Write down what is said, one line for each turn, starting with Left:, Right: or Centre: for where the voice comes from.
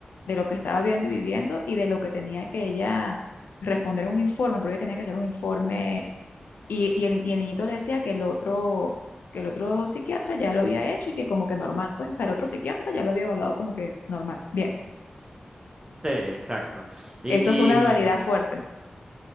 Left: de lo que estaba viendo y viviendo y de lo que tenía que ella responder un informe, porque ella tenía que hacer un informe y, y el, y el niñito le decía que el otro, que el otro psiquiatra ya lo había hecho y que como que normal, pues, o sea, el otro psiquiatra ya lo había evaluado como que normal. Bien,
Right: exacto. Y,
Left: eso fue una
Right: y mm,
Left: dualidad fuerte.